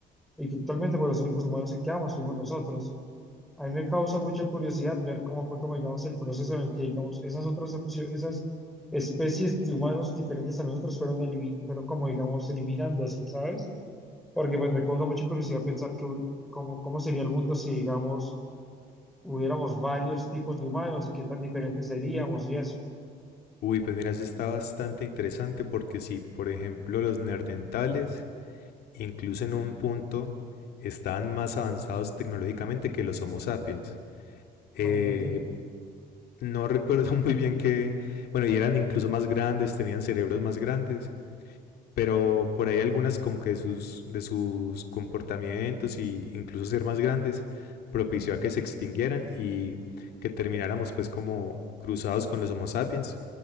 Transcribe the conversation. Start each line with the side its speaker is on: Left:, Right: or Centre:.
Centre: Y que actualmente, pues los únicos humanos que quedamos fuimos nosotros. A mí me causa mucha curiosidad ver cómo fue, como digamos, el proceso en el que, digamos, esas otras opcio- esas especies de humanos diferentes a nosotros fueron, elimi- fueron como, digamos, eliminándose, ¿sabes? Porque pues me causa mucha curiosidad pensar que, hu- cómo, cómo sería el mundo si, digamos, hubiéramos varios tipos de humanos y qué tan diferentes seríamos y eso.
Left: Uy, pues mira, eso está bastante interesante porque si, por ejemplo, los neandertales, incluso en un punto, estaban más avanzados tecnológicamente que los Homo sapiens. Eh,
Centre: Imagínate.
Left: no recuerdo <laughs> muy bien qué, bueno, y eran incluso más grandes, tenían cerebros más grandes, pero por ahí algunas como que de sus, de sus comportamientos y incluso ser más grandes propició a que se extinguieran y que termináramos pues como cruzados con los Homo sapiens.